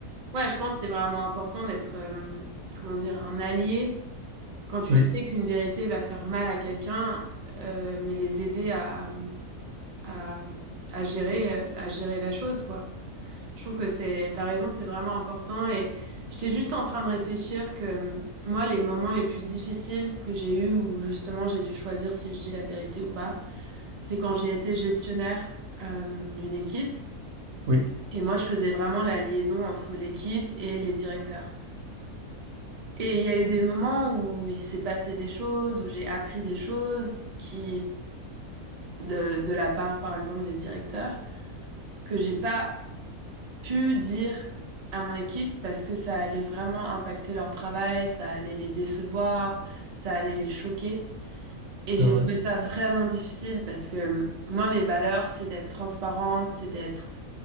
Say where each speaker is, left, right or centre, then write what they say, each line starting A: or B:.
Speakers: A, on the right; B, on the right.
A: Ouais, je pense que c'est vraiment important d'être, euh, comment dire, un allié quand tu
B: Oui,
A: sais qu'une vérité va faire mal à quelqu'un, euh, mais les aider à, à, à gérer, à gérer la chose, quoi. Je trouve que c'est, t'as raison, c'est vraiment important. Et j'étais juste en train de réfléchir que euh, moi, les moments les plus difficiles que j'ai eus où justement j'ai dû choisir si je dis la vérité ou pas, c'est quand j'ai été gestionnaire euh, d'une équipe.
B: oui,
A: Et moi, je faisais vraiment la liaison entre l'équipe et les directeurs. Et il y a eu des moments où il s'est passé des choses, où j'ai appris des choses qui, de, de la part, par exemple, des directeurs, que j'ai pas pu dire à mon équipe parce que ça allait vraiment impacter leur travail, ça allait les décevoir, ça allait les choquer. Et j'ai
B: c'est vrai.
A: trouvé ça vraiment difficile parce que euh, moi, mes valeurs, c'est d'être transparente, c'est d'être